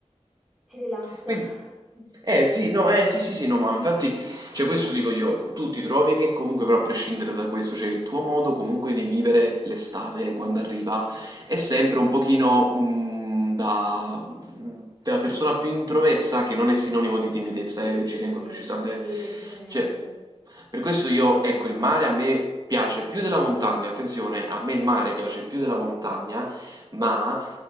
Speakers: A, in the centre; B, on the right.
A: Ti rilassa.
B: Quindi,
A: <laughs>
B: eh sì, no, eh sì, sì, sì, no, ma infatti, cioè questo dico io, tu ti trovi che comunque però a prescindere da questo, cioè il tuo modo comunque di vivere l'estate quando arriva è sempre un pochino mh, da, da persona più introversa che non è sinonimo di timidezza,
A: Sì,
B: eh,
A: sì,
B: ci tengo
A: sì,
B: a precisare.
A: sì, decisamente.
B: Cioè, per questo io, ecco, il mare a me piace più della montagna, attenzione, a me il mare piace più della montagna ma,